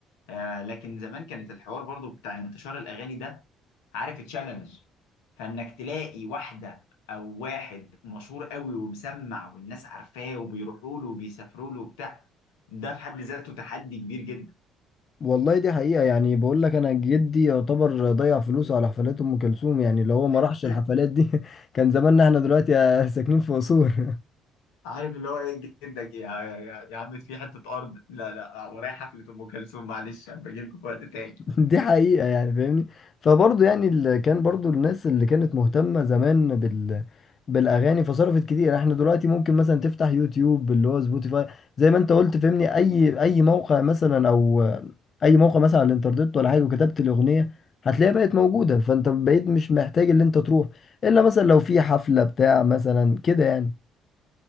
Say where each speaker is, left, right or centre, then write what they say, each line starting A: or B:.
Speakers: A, on the left; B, on the left.
A: آه لكن زمان كانت الحوار برضو بتاع انتشار الاغاني ده عارف تشالنج فانك تلاقي واحده او واحد مشهور قوي ومسمع والناس عارفاه وبيروحوا له وبيسافروا له وبتاع ده في حد ذاته تحدي كبير جدا
B: والله دي حقيقة يعني بقول لك أنا جدي يعتبر ضيع فلوسه على حفلات أم كلثوم يعني لو هو ما
A: <laughs>
B: راحش الحفلات دي <laughs> كان زماننا احنا دلوقتي ساكنين في أسوان
A: عارف اللي هو ايه جدك يا يا, يا عم في حته ارض لا لا ورايا حفله ام كلثوم معلش هبقى اجي لكم في وقت تاني
B: <laughs> دي حقيقة يعني فاهمني فبرضه يعني اللي كان برضه الناس اللي كانت مهتمة زمان بال بالأغاني فصرفت كتير احنا دلوقتي ممكن مثلا تفتح يوتيوب اللي هو سبوتيفاي زي ما انت قلت فاهمني أي أي موقع مثلا أو أي موقع مثلا على الإنترنت ولا حاجة وكتبت الأغنية هتلاقيها بقت موجودة فانت بقيت مش محتاج اللي انت تروح إلا مثلا لو في حفلة بتاع مثلا كده يعني